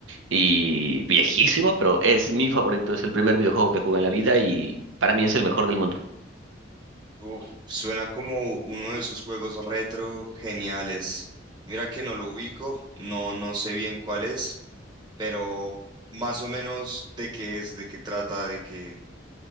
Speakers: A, on the right; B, on the right.
A: y viejísimo, pero es mi favorito, es el primer videojuego que jugué en la vida y para mí es el mejor del mundo.
B: Uf, suena como uno de esos juegos retro geniales. Mira que no lo ubico, no, no sé bien cuál es, pero más o menos de qué es, de qué trata, de qué,